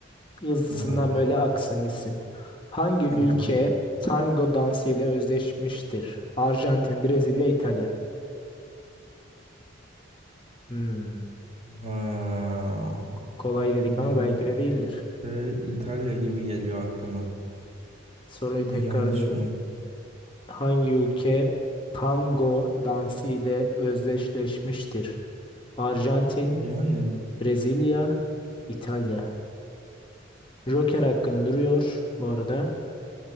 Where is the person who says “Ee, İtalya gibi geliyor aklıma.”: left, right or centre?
Right